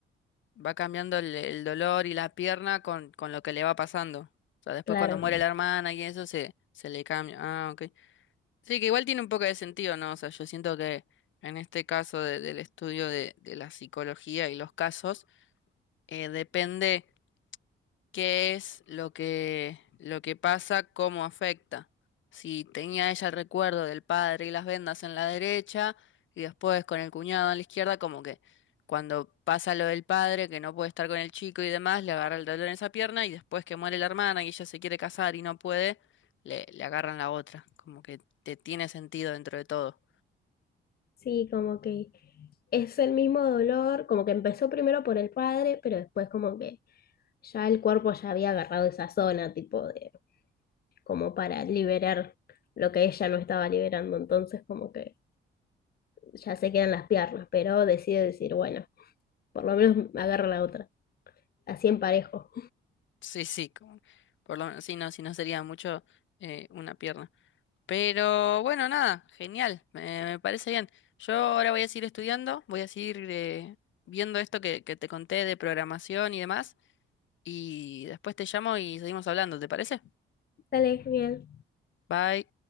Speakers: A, on the left; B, on the left.
A: va cambiando el, el dolor y la pierna con, con lo que le va pasando. O sea, después
B: Claro,
A: cuando muere la hermana y eso se, se le cambia. Ah, ok. Sí, que igual tiene un poco de sentido, ¿no? O sea, yo siento que en este caso de- del estudio de, de la psicología y los casos, eh, depende. qué es lo que, lo que pasa, cómo afecta. Si tenía ella el recuerdo del padre y las vendas en la derecha, y después con el cuñado en la izquierda, como que cuando pasa lo del padre, que no puede estar con el chico y demás, le agarra el dolor en esa pierna, y después que muere la hermana y ella se quiere casar y no puede, le, le agarran la otra. Como que te tiene sentido dentro de todo.
B: sí, como que es el mismo dolor, como que empezó primero por el padre, pero después como que ya el cuerpo ya había agarrado esa zona, tipo de como para liberar lo que ella no estaba liberando, entonces como que ya se quedan las piernas, pero decide decir, bueno, por lo menos agarra la otra, así en parejo.
A: Sí, sí, como- por lo menos, si no, si no sería mucho eh, una pierna. Pero bueno, nada, genial, me, me parece bien. Yo ahora voy a seguir estudiando, voy a seguir eh, viendo esto que, que te conté de programación y demás, y después te llamo y seguimos hablando, ¿te parece?
B: Dale, genial.
A: Bye.